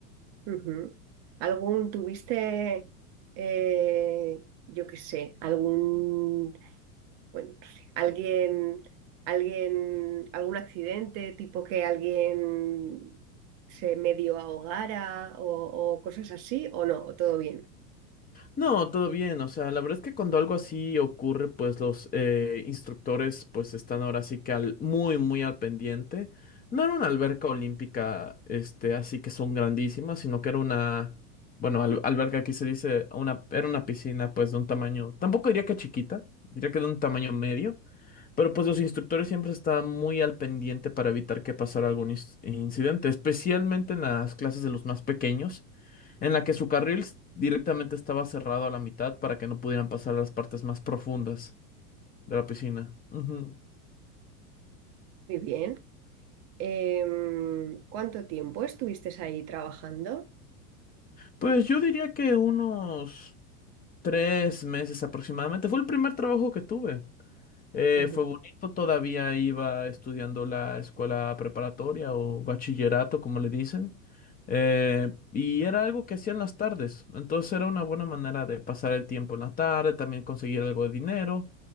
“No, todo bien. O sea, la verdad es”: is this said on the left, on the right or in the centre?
Left